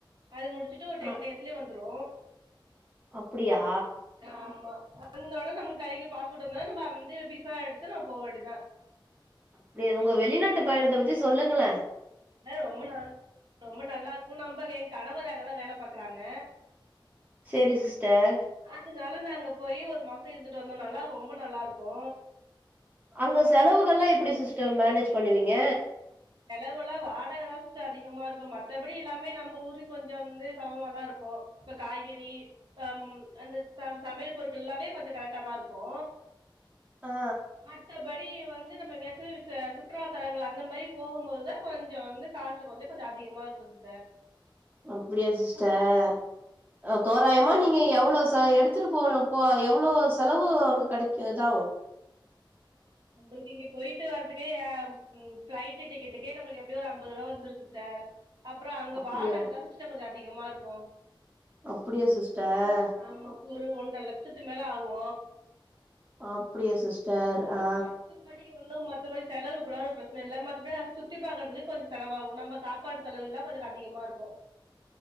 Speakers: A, on the right; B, on the right.
A: அது முடிச்சுட்டு ஒரு டென்
B: அ
A: டேஸ்லயே வந்துரு
B: அப்டியா
A: ஆமா வந்த உடே நம்ம கைக்கு பாஸ்போர்ட் வந்த நம்ம அந்த விசா எடுத்து நாம போ வேண்டியதா
B: அப்டியா உங்க வெளிநாட்டு பயணத்த பத்தி சொல்லுங்கள
A: ஆ ரொம்ப நா ரொம்ப நல்லாருக்கு நம்ம எ கணவர் அங்கதா வேல பாக்குறாங்க
B: சரி சிஸ்டர்
A: அதனால நாங்க போயி ஒரு மாச இருந்துட்டு வந்தோ நல்லா ரொம்ப நல்லாருக்கு
B: அங்க செலவுகள்லா எப்டி சிஸ்டர் மேனேஜ் பண்ணுவீங்க
A: செலவல்லா வாடகதா சிஸ்டர் அதிகமா இருக்கு மத்தபடி எல்லாமே நம்ம ஊருக்கு கொஞ்சம் வந்து சமமாதா இருக்கு இப்ப காய்கறி அம் அந்த சம் சமையல் பொருட்கள் எல்லாமே கொஞ்ச கரெக்டா தா இருக்கு போ
B: ஆ
A: மத்தபடி வந்து நம்ம எங்காச் சிரிசா சுற்றுலாத்தலங்கள் அந்த மாரி போகும்போது தா கொஞ்ச வந்து காசு வந்து கொஞ்ச அதிகமா இருக்கு சார்
B: அப்டியா சிஸ்டர் அ தோராயமா நீங்க எவ்ளோ ச எடுத்துட்டு போ எவ்வளோ செலவு அங்க கெடைக்கு இதாவு
A: நம்மளுக்கு இங்க போயிட்டு வர்றதுக்கே ஏ ம் பிளைட் டிக்கெட்டுக்கே நம்மளுக்கு எப்டியோ ஒரு ஐம்பது ரூபா வந்துரு சிஸ்டர் அப்பறோ அங்க
B: அப்டியா
A: வாடகதா சிஸ்டர் கொஞ்ச அதிகமா இருக்கு
B: அப்படியா சிஸ்டர்
A: ஆமா ஒரு ஒன்ற லட்சத்து மேல ஆகு
B: அப்டியா சிஸ்டர் அ
A: மத்தபடி ஒன்னு மத்தபடி செலவுகுடாதா ப்ரச்சன இல்ல மத்தடி நா சுத்தி பாக்குறதுக் கொஞ்சோ செலவாகு நம்ம சாப்பாடு செலவில்ல கொஞ்சோ அதிகமா இருக்கு